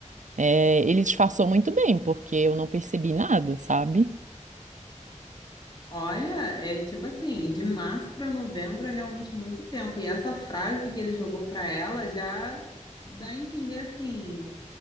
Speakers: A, on the right; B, on the left.
A: eh, ele disfarçou muito bem, porque eu não percebi nada, sabe?
B: Olha, é tipo assim, de março para novembro é realmente muito tempo. E essa frase que ele jogou para ela já dá a entender assim,